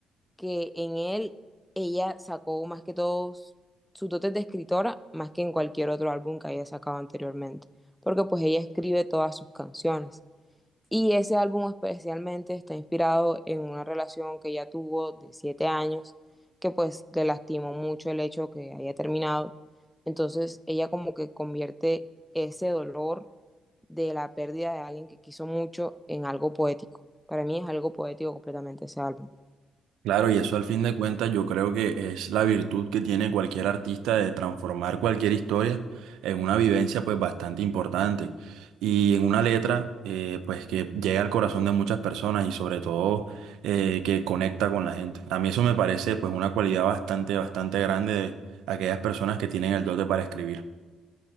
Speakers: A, in the centre; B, on the right (about 85°).
A: que en él ella sacó más que todo su dotes de escritora más que en cualquier otro álbum que haya sacado anteriormente, porque pues ella escribe todas sus canciones. Y ese álbum especialmente está inspirado en una relación que ella tuvo de siete años, que pues le lastimó mucho el hecho que haya terminado. Entonces ella como que convierte ese dolor de la pérdida de alguien que quiso mucho en algo poético. Para mí es algo poético completamente ese álbum.
B: Claro, y eso al fin de cuentas yo creo que es la virtud que tiene cualquier artista de transformar cualquier historia en una vivencia pues bastante importante y en una letra eh, pues que llega al corazón de muchas personas y sobre todo eh, que conecta con la gente. A mí eso me parece pues una cualidad bastante, bastante grande de aquellas personas que tienen el dote para escribir.